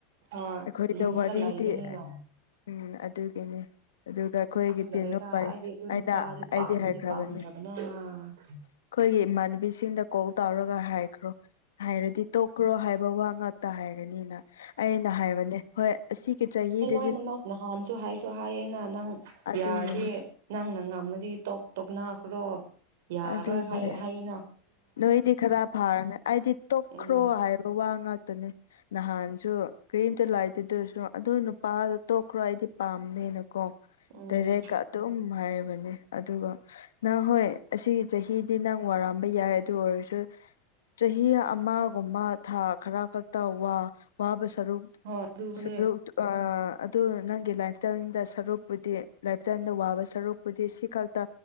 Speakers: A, on the right (about 70°); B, on the left (about 85°).
A: ꯍꯣꯏ
B: ꯑꯩꯈꯣꯏꯗ
A: ꯌꯨꯝꯗ
B: ꯋꯥꯔꯤꯗꯤ
A: ꯂꯩꯕꯅꯤꯅ
B: ꯎꯝ ꯑꯗꯨꯒꯤꯅꯤ ꯑꯗꯨꯒ ꯑꯩꯈꯣꯏꯒꯤ
A: ꯈꯪꯗꯕꯩꯗ
B: ꯄꯅꯨꯄꯥ
A: ꯑꯩꯗꯤ ꯑꯗꯨ
B: ꯑꯩꯅ
A: ꯅꯨꯄꯥꯗꯤ
B: ꯑꯩꯗꯤ
A: ꯄꯥꯝꯗꯤ
B: ꯍꯥꯏꯈ꯭ꯔꯕꯅꯦ
A: ꯄꯥꯝꯗꯕꯅ
B: ꯑꯩꯈꯣꯏꯒꯤ
A: ꯑꯥ
B: ꯏꯃꯥꯟꯅꯕꯤꯁꯤꯡꯗ ꯀꯣꯜ ꯇꯧꯔꯒ ꯍꯥꯏꯈ꯭ꯔꯣ ꯍꯥꯏꯔꯗꯤ ꯇꯣꯛꯈ꯭ꯔꯣ ꯍꯥꯏꯕ ꯋꯥ ꯉꯥꯛ ꯇ ꯍꯥꯏꯒꯅꯤꯅ ꯑꯩꯅ ꯍꯥꯏꯕꯅꯦ ꯍꯣꯏ ꯑꯁꯤꯒꯤ ꯆꯍꯤꯗꯤ
A: ꯑꯅ ꯃꯍꯥꯛ ꯅꯍꯥꯟꯁꯨ ꯍꯥꯏꯁꯨ ꯍꯥꯏꯌꯦꯅ ꯅꯪ
B: ꯑꯗꯨꯒꯤꯅꯤ
A: ꯌꯥꯔꯗꯤ ꯅꯪꯅ ꯉꯝꯃꯗꯤ ꯇꯣꯞ ꯇꯣꯞꯅꯈ꯭ꯔꯣ ꯌꯥꯔꯣꯏ
B: ꯑꯗꯨꯅꯦ
A: ꯍꯥꯏꯌꯦ
B: ꯅꯣꯏꯗꯤ ꯈꯔ ꯐꯥꯔꯃꯦ ꯑꯩꯗꯤ ꯇꯣꯛꯈ꯭ꯔꯣ
A: ꯎꯝ
B: ꯍꯥꯏꯕ ꯋꯥ ꯉꯥꯛꯇꯅꯦ ꯅꯍꯥꯟꯁꯨ ꯀ꯭ꯔꯤꯝꯇ ꯂꯥꯏꯇꯦ ꯑꯗꯨꯔꯁꯨ ꯑꯗꯨ ꯅꯨꯄꯥꯗꯣ ꯇꯣꯛꯈ꯭ꯔꯣ ꯑꯩꯗꯤ ꯄꯥꯝꯅꯦꯅ ꯀꯣ
A: ꯎꯝ
B: ꯗꯥꯢꯔꯦꯛ ꯑꯗꯨꯝ ꯍꯥꯏꯔꯤꯕꯅꯦ ꯑꯗꯨꯒ ꯅꯪ ꯍꯣꯏ ꯑꯁꯤꯒꯤ ꯆꯍꯤꯗꯤ ꯅꯪ ꯋꯥꯔꯝꯕ ꯌꯥꯏ ꯑꯗꯨ ꯑꯣꯏꯔꯁꯨ ꯆꯍꯤ ꯑꯃꯒꯨꯝꯕ ꯊꯥ ꯈꯔ ꯈꯛꯇ ꯋꯥ ꯋꯥꯕ ꯁꯔꯨꯛ
A: ꯍꯣꯏ ꯑꯗꯨꯅꯦ
B: ꯁ <inaudible> ꯑꯗꯨ ꯅꯪꯒꯤ ꯂꯥꯏꯐꯇꯥꯏꯝꯗ ꯁꯔꯨꯛꯄꯨꯗꯤ ꯂꯥꯏꯐꯇꯥꯏꯝꯗ ꯋꯥꯕ ꯁꯔꯨꯛꯄꯨꯗꯤ ꯁꯤꯈꯛ ꯇ